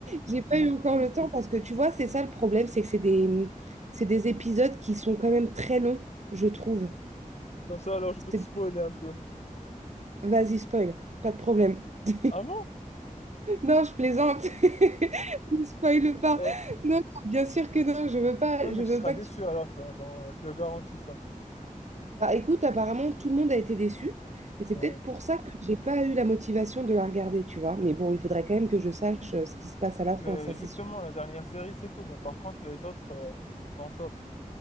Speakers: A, on the right; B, on the left.
A: J'ai pas
B: Tu veux-
A: eu encore le temps parce que tu vois, c'est ça le problème, c'est que c'est des, c'est des épisodes qui sont quand même très longs, je trouve.
B: comme ça, alors je peux
A: C'est-
B: te spoiler un peu.
A: Vas-y, spoil, pas de problème. <laughs>
B: Ah bon?
A: Non, je plaisante. <laughs> Ne spoil pas.
B: Eh,
A: Non, non, bien sûr que non, je veux pas,
B: ouais, mais
A: je
B: tu
A: veux
B: seras
A: pas
B: déçu
A: que tu
B: à la fin, genre, je le garantis ça.
A: Bah, écoute, apparemment, tout le monde a été déçu. Et c'est
B: Ouais.
A: peut-être pour ça que j'ai pas eu la motivation de la regarder, tu vois. Mais bon, il faudrait quand même que je sache euh, ce qui se passe à la
B: Mais
A: fin, ça c'est
B: justement,
A: sûr.
B: la dernière série, c'est tout. Mais par contre, les autres euh, sont top.